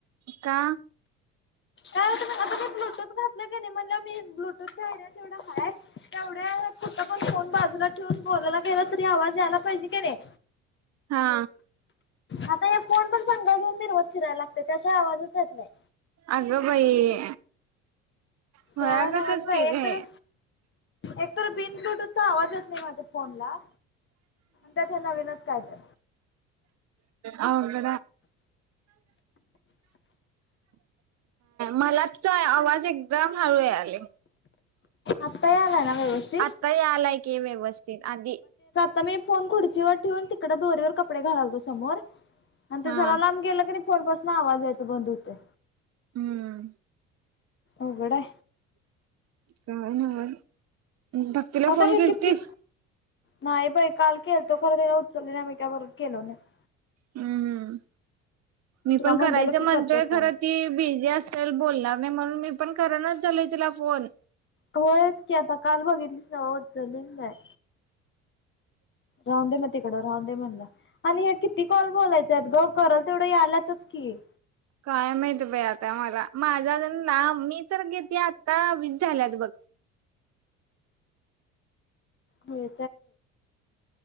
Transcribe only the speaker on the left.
काय आता मी ब्लूटूथ. घातल कणी म्हणल मी ब्लूटूथव त हाय कुठं पण फोन बाजूला ठेवून बोलायला गेला तरी आवाज यायला पाहिजे क नाही?
आता या फोन पण सांग. घेऊन म मिरवत फिरायला लागत त्याशिवाय आवाजचच येत नाही.
काय नव्हच बाई
एक
तर एक तर बिन ब्लूटूथचा आवाजच येत नाही माझ्या फोनला, त्यात हे नवीन काय तर?
अता यालाय ना? व्यवस्थित?
तर मी फोन खुर्चीवर ठेवुन तिकड दोरीवर कपडे घालालतो समोर- आणि ते
जरा लांब गेलं कनी तवा पासून आवाज यायच बंद होतय.
उघडा.
आता
हे
किती नाही बाई, काल केलतो खरं उचलली नाही मी त्या परत- केलो नाही
तुला
म्हणलेलो
की करतो
तर
होयच की आता काल बघितलीस हो उचलीच नाही. राहूंदे मग तिकडं राहूंदे म्हणलं आणि ह्या किती कॉल बोलायचे आहेत ग, करल तेवढं याल्यातच की-
हो.